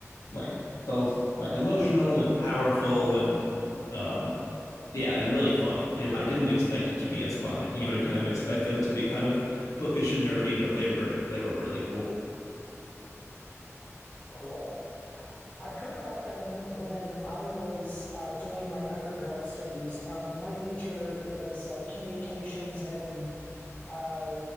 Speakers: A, on the left; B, on the left.
A: like both like emotional and powerful and um yeah, and really fun. It, I didn't expect it to be as fun. You know, you kind of expect them to be kind of bookish and nerdy, but they were they were really cool.
B: Cool. I heard about them when I was uh, doing my undergrad studies. Um, my major was uh, communications and uh,